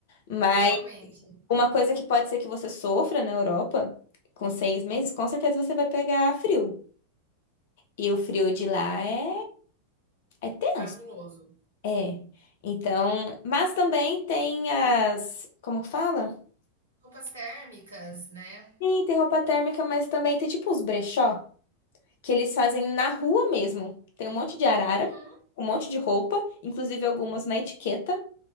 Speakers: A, on the left; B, on the right.
A: Mas
B: realmente,
A: uma coisa que pode ser que você sofra na Europa, com seis meses, com certeza você vai pegar frio. E o frio de lá é, é tenso.
B: cabuloso.
A: É. Então, mas também tem as, como que fala?
B: Roupas térmicas, né?
A: Sim, tem roupa térmica, mas também tem tipo os brechó. que eles fazem na rua mesmo. Tem um monte de arara,
B: Uhum,
A: um monte de roupa, inclusive algumas na etiqueta.